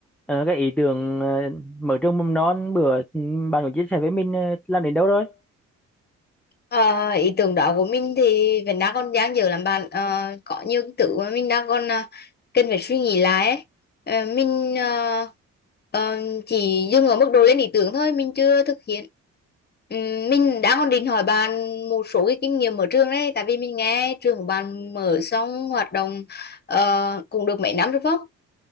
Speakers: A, in the centre; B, on the left.
A: Ờ, cái ý tưởng ờ, mở trường mầm non bữa ừ, bạn có chia sẻ với mình ờ, làm đến đâu rồi?
B: Ờ, ý tưởng đó của mình thì vẫn đang còn dang dở lắm bạn Ờ, có nhiều cái thứ mà mình đang còn à, cần phải suy nghĩ lại ấy. Ờ, mình ờ, ờ, chỉ dừng ở mức độ lên ý tưởng thôi mình chưa thực hiện Ừm, mình đang còn định hỏi bạn một số cái kinh nghiệm ở trường đấy tại vì mình nghe trường của bạn mở xong hoạt động ờ, cũng được mấy năm rồi phải không